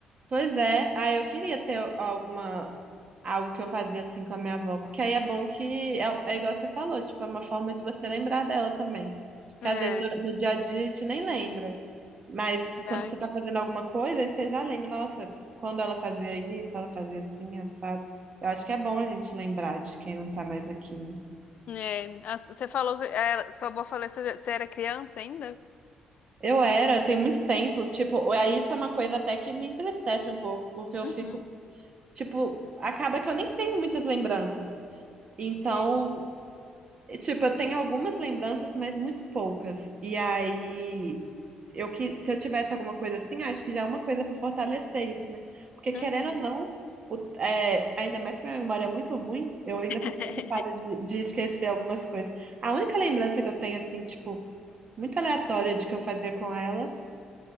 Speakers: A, on the right; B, on the left.
A: Pois é, aí eu queria ter alguma algo que eu fazia assim com a minha avó, porque aí é bom que é, é igual você falou, tipo, é uma forma de você lembrar dela também. Porque
B: É,
A: às vezes dura- no dia a dia a gente nem lembra, mas
B: verdade.
A: quando você tá fazendo alguma coisa, aí você já lembra, nossa, quando ela fazia isso, ela fazia assim, assado. Eu acho que é bom a gente lembrar de quem não tá mais aqui, né?
B: É, a su- você falou que é, sua avó falou que você você era criança ainda?
A: Eu era, tem muito tempo, tipo, aí
B: Uhum.
A: isso é uma coisa até que me entristece um pouco, porque eu
B: Uhum.
A: fico, tipo, acaba que eu nem tenho muitas lembranças. Então,
B: Sim.
A: tipo, eu tenho algumas lembranças, mas muito poucas. E aí, eu que se eu tivesse alguma coisa assim, acho que já é uma coisa para fortalecer isso, né? Porque querendo
B: Uhum.
A: ou não, o- é, ainda mais que minha memória é muito ruim, eu ainda
B: <laughs>
A: fico preocupada de, de esquecer algumas coisas. A única lembrança que eu tenho, assim, tipo, muito aleatória de que eu fazia com ela